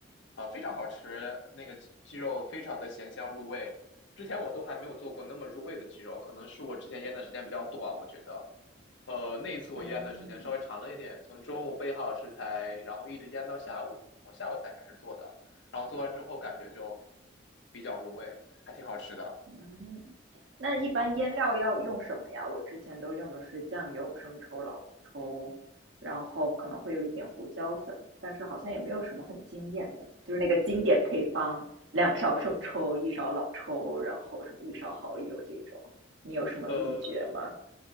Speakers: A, on the left; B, on the right.
A: 啊、非常好吃，那个鸡鸡肉非常的咸香入味。之前我都还没有做过那么入味的鸡肉，可能是我之前腌的时间比较短，我觉得。呃，那一次我腌的时间稍微长了一点，
B: 嗯
A: 从中午备好食材，然后一直腌到下午，我下午才开始做的。然后做完之后感觉就比较入味，还挺好吃的。
B: 嗯，那一般腌料要用什么呀？我之前都用的是酱油、生抽、老抽，然后可能会有一点胡椒粉，但是好像也没有什么很惊艳的，就是那个经典配方，两勺生抽，一勺老抽，然后什么一勺蚝油这种。你有什么秘诀吗？
A: 呃，